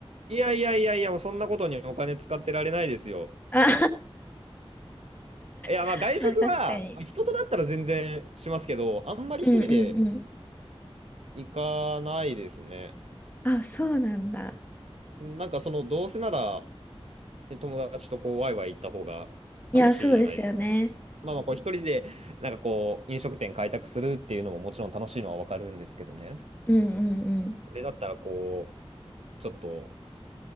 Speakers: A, on the right; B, on the left.
A: いやいやいやいや、もうそんなことにお金使ってられないですよ。
B: あ
A: いや、
B: <laughs>
A: まあ外食は、
B: まあ、確かに。
A: まあ人となったら全然しますけど、あんまり一人で
B: うんうんうん。
A: 行かないですね。
B: あ、そうなんだ。
A: なんかその、どうせなら、ね友達とこう、ワイワイ行った方が楽しいじゃないですか。
B: いや、そうですよね。
A: まあまあ、こう一人で、なんかこう、飲食店開拓するっていうのももちろん楽しいのはわかるんですけどね。
B: うんうんうん。
A: それだったらこう、ちょっと、